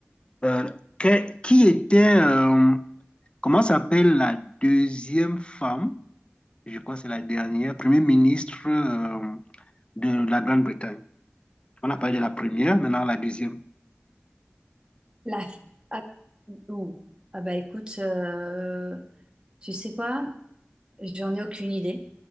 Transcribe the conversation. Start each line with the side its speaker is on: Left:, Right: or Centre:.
Left: Euh, que- qui était, euh, comment s'appelle la deuxième femme, je crois que c'est la dernière, Premier ministre euh, de la Grande-Bretagne. On a parlé de la première, maintenant la deuxième.
Right: La f- ah, ouh. Ah bah écoute, euh, tu sais quoi? J'en ai aucune idée.